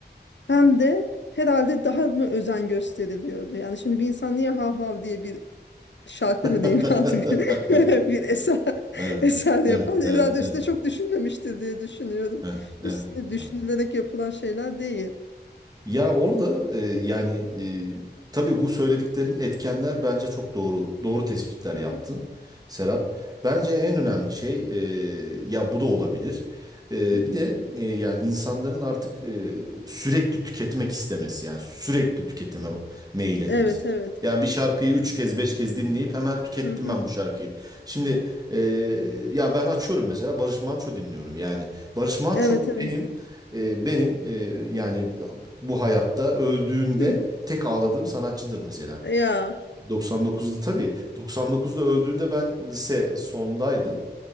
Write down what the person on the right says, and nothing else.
<laughs>
Evet,
evet,
evet,
evet,
evet, evet,
evet.
Ya orada e, yani e, tabii bu söylediklerin etkenler bence çok doğru doğru tespitler
yaptın
Serap. Bence en önemli şey e, ya bu da olabilir. E,
bir de e, yani insanların artık e, sürekli tüketmek istemesi yani sürekli tüketime meyil etmesi.
Yani bir şarkıyı üç kez beş kez dinleyip hemen tükettim
ben bu şarkıyı. Şimdi e, ya ben açıyorum mesela Barış Manço dinliyorum yani Barış Manço
benim e, benim e, yani bu hayatta öldüğünde
tek ağladığım sanatçıdır mesela.
99'da tabii 99'da öldüğünde ben lise sondaydım.